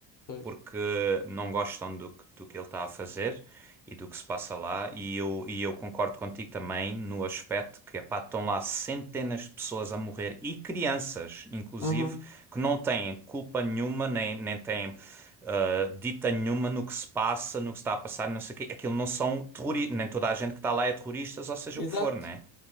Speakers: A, on the left (about 45°); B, in the centre.
A: Pois.
B: porque não gostam do, que- do que ele está a fazer e do que se passa lá. E eu, e eu concordo contigo também no aspecto que, epá, estão lá centenas de pessoas a morrer e crianças, inclusive,
A: Uhum.
B: que não têm culpa nenhuma, nem, nem têm. ah, dita nenhuma no que se passa, no que se está a passar, não sei o quê. Aquilo não são terroristas, nem toda a gente que está lá é terroristas, ou seja
A: Exato.
B: o que for, né?